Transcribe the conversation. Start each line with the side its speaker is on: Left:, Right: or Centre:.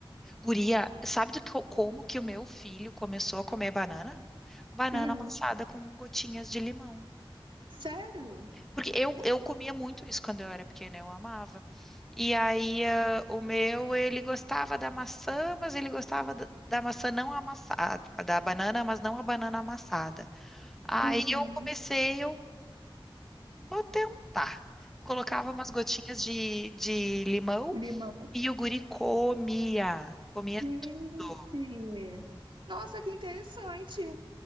Centre: Guria, sabe do que, eu- como que o meu filho começou a comer banana? Banana
Right: Hum,
Centre: amassada com gotinhas de limão.
Right: sério?
Centre: Porque eu, eu comia muito isso quando eu era pequena, eu amava. E aí, ah, o meu, ele gostava da maçã, mas ele gostava da, da maçã não amassada, da banana, mas não a banana amassada. Aí
Right: Uhum.
Centre: eu comecei, eu vou tentar. Colocava umas gotinhas de, de limão
Right: Limão.
Centre: e o guri comia, comia
Right: Gente.
Centre: tudo.
Right: Nossa, que interessante.